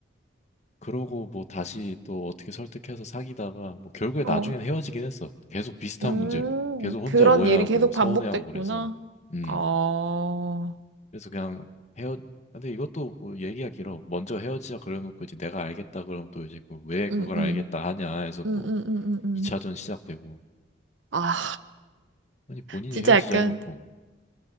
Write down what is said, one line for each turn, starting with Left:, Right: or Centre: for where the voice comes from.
Left: 그러고 뭐 다시 또 어떻게 설득해서 사귀다가 뭐 결국에
Right: 어.
Left: 나중엔 헤어지긴 했어. 계속 비슷한
Right: 음,
Left: 문제로. 계속 혼자
Right: 그런
Left: 오해하고
Right: 일이 계속 반복됐구나.
Left: 서운해하고 그래서. 음.
Right: 어,
Left: 그래서 그냥 헤어 근데 이것도 뭐 얘기가 길어. 먼저 헤어지자 그래놓고 이제 내가 알겠다 그러면 또 이제 그왜 그걸
Right: 음, 음,
Left: 알겠다 하냐 해서
Right: 음,
Left: 또
Right: 음, 음, 음. 음.
Left: 2차전 시작되고.
Right: 아,
Left: 아니 본인이
Right: 진짜
Left: 헤어지자
Right: 약간,
Left: 해놓고.